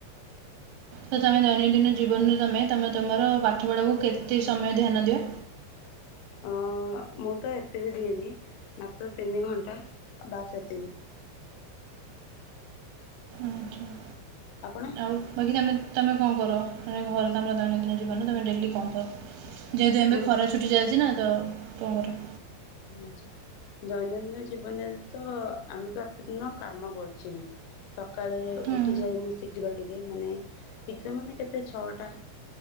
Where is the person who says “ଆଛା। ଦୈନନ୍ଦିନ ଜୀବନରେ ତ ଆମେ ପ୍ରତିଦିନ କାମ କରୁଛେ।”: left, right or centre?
Left